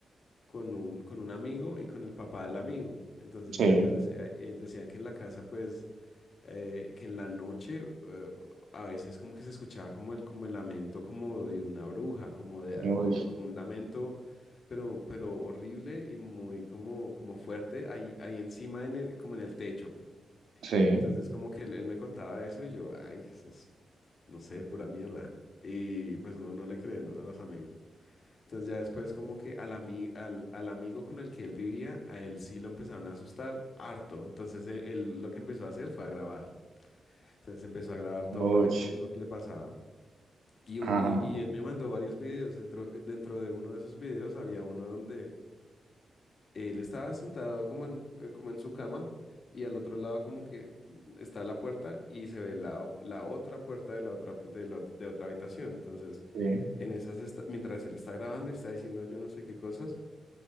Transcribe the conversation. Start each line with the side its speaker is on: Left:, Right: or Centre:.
Left: con un, con un amigo y con el papá del amigo. Entonces
Right: sí,
Left: ellos decía- eh, decían que en la casa pues eh, que en la noche eh, a veces como que se escuchaba como el, como el lamento como de una bruja, como de,
Right: uy,
Left: como, como un lamento, pero, pero horrible y muy como, como fuerte ahí, ahí encima en el, como en el techo.
Right: sí,
Left: Entonces como que él, él me contaba eso y yo, ay, eso es, no sé, pura mierda. Y pues no, no le creen, ¿no? A los amigos. Entonces ya después como que al, ami- al, al amigo con el que él vivía, a él sí lo empezaron a asustar harto. Entonces e- él lo que empezó a hacer fue a grabar. Entonces empezó a grabar todo
Right: uy,
Left: lo que, lo que le pasaba. Y, u-
Right: ajá,
Left: y- y él me mandó varios videos. Dentro, eh, dentro de uno de esos videos había uno donde él estaba sentado como en, eh, como en su cama y al otro lado como que está la puerta y se ve la, o- la otra puerta de la otra, de la ot- de otra habitación. Entonces,
Right: sí.
Left: en esas está- mientras él está grabando y está diciendo yo no sé qué cosas,